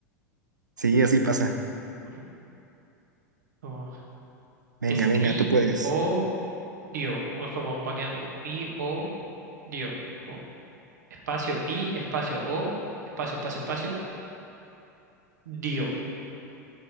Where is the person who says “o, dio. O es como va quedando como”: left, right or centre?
Right